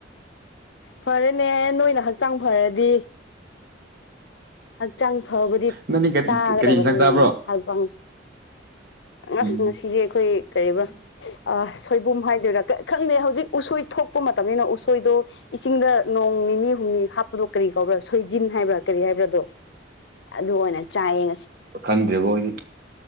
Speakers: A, on the left; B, on the right.
A: ꯐꯔꯦꯅꯦ ꯅꯣꯏꯅ ꯍꯛꯆꯥꯡ ꯐꯔꯗꯤ ꯍꯛꯆꯥꯡ ꯐꯕꯨꯗꯤ
B: ꯅꯪꯗꯤ
A: ꯆꯥꯒꯗꯕꯅꯤꯅꯦ
B: ꯀꯔꯤ ꯏꯟꯁꯥꯡ ꯆꯥꯕ꯭ꯔꯣ
A: ꯍꯛꯆꯥꯡ
B: ꯎꯝ
A: ꯑꯁ ꯉꯁꯤꯗꯤ ꯑꯩꯈꯣꯏ ꯀꯔꯤꯕ꯭ꯔꯥ ꯁꯣꯏꯕꯨꯝ ꯍꯥꯏꯗꯣꯏꯔꯥ ꯈꯪꯗꯦ ꯍꯧꯖꯤꯛ ꯎꯁꯣꯏ ꯊꯣꯛꯄ ꯃꯇꯝꯅꯤꯅ ꯎꯁꯣꯏꯗꯣ ꯏꯁꯤꯡꯗ ꯅꯣꯡ ꯅꯤꯅꯤ ꯍ ꯍꯥ ꯀ ꯀꯧꯕ꯭ꯔ ꯁꯣꯏꯟ ꯍꯥꯏꯕ꯭ꯔ ꯀꯔꯤ ꯍꯥꯏꯕꯥꯗꯣ ꯑꯗꯨ ꯑꯣꯏꯅ ꯆꯥꯏ
B: ꯈꯪꯗ꯭ꯔꯦꯕꯣ ꯍꯧꯗꯤ